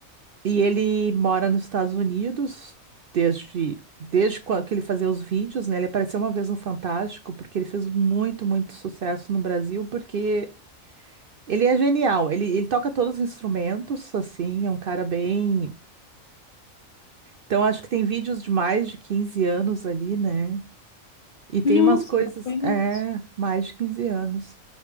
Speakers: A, on the right; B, on the left.
A: E ele mora nos Estados Unidos desde, desde quando que ele fazia os vídeos, né? Ele apareceu uma vez no Fantástico porque ele fez muito, muito sucesso no Brasil porque ele é genial. Ele, ele toca todos os instrumentos, assim, é um cara bem. Então acho que tem vídeos de mais de 15 anos ali, né? E tem
B: Nossa,
A: umas coisas,
B: não conheço.
A: é, mais de 15 anos.